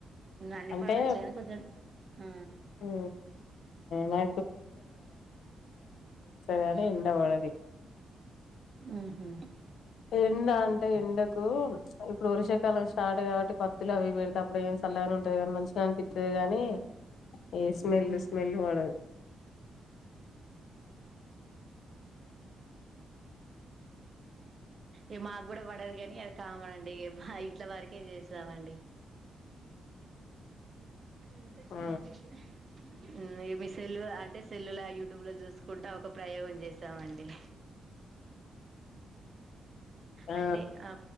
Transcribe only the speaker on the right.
అన్ని
పనులు వచ్చు కానీ కొంచెం ఆ,
ఉహుమ్
మ్.
ఇ మాకు కూడా పడదు కాని అది కామనండి ఇ మా ఇంట్ల వరకే చేస్తామండి అంతే
ఏం చేయలేం మీ సెల్ అంటే సెల్లులా యూట్యూబ్లో చూసుకుంట ఒక ప్రయోగం చేసామండి
అంటే ఆ